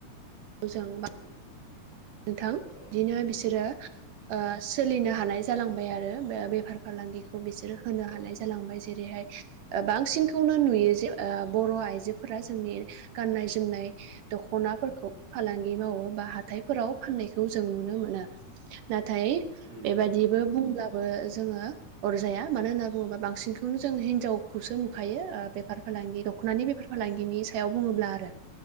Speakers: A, on the right; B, on the left.
A: मोजां बा
B: <unintelligible>
A: नोंथां
B: औ
A: बिदिनो बिसोरो सोलिनो हानाय जालांबाय आरो बेफार फालांगिखौ बिसोर होनो
B: औ
A: हानाय जालांबाय जेरैहाय बांसिनखौनो नुयो जे बर' आइजोफोरा जोंनि गाननाय जोमनाय दख'नाफोरखौ फालांगि मावो बा हाथाय फोराव फाननायखौ जों नुनो मोना नाथाय
B: उम
A: बेबादिबो बुंब्ला बेबो जोङो अरजाया मानो होनना बुङोबा बांसिनखौनो जों हिनजावखौसो नुखायो बेफार फालांगि दख'नानि बेफार फालांगिनि सायाव बुङोब्ला आरो